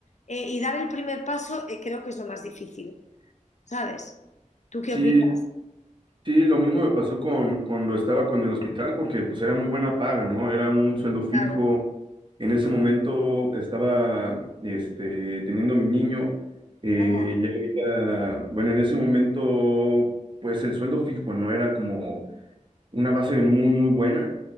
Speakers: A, on the left; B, on the right.
A: eh, y dar el primer paso eh, creo que es lo más difícil, ¿sabes? ¿Tú qué
B: Sí,
A: opinas?
B: Sí, lo mismo me pasó con cuando estaba con el hospital, porque pues era muy buena paga, ¿no? Era un sueldo fijo.
A: Claro,
B: En ese momento estaba este, teniendo mi niño. eh,
A: claro.
B: ya ahorita, bueno, en ese momento, pues el sueldo fijo no era como una base muy, muy buena